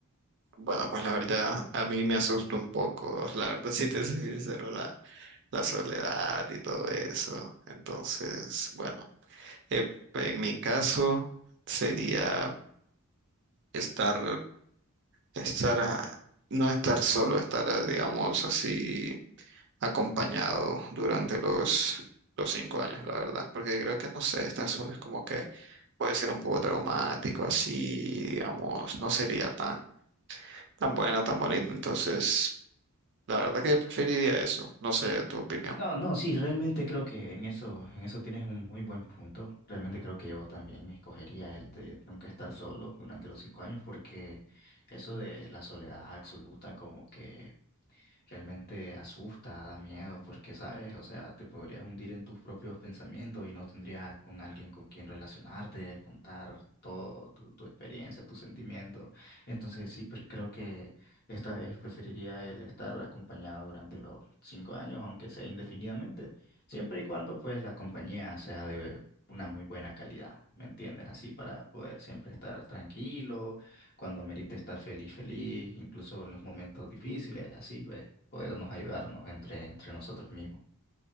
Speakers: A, on the right; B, on the left.
A: bueno, pues la verdad, a mí me asusta un poco. La verdad, si te soy sincero, la, la soledad y todo eso. Entonces, bueno, eh, en mi caso sería estar, estar, a- no estar solo, estar, digamos, así acompañado durante los, los cinco años, la verdad. Porque creo que, no sé, estar solo es como que puede ser un poco traumático, así, digamos, no sería tan, tan buena, tan bonita. Entonces, la verdad que yo preferiría eso. No sé tu opinión.
B: No, no, sí, realmente creo que en eso, en eso tienes un muy buen punto. Realmente creo que yo también escogería el de nunca estar solo durante los cinco años porque eso de la soledad absoluta como que realmente asusta, da miedo, porque, ¿sabes? O sea, te podrías hundir en tus propios pensamientos y no tendrías con alguien con quien relacionarte, contar todo, tu, tu experiencia, tus sentimientos. Entonces, sí, pre- creo que esta vez preferiría el estar acompañado durante los cinco años, aunque sea indefinidamente, siempre y cuando, pues, la compañía sea de una muy buena calidad, ¿me entiendes? Así para poder siempre estar tranquilo cuando merite estar feliz, feliz, incluso en los momentos difíciles, así pues, podernos ayudarnos entre, entre nosotros mismos.